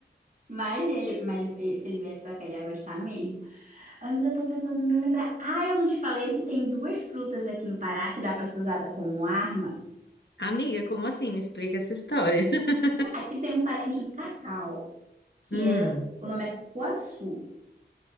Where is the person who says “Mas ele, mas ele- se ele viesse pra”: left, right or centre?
Right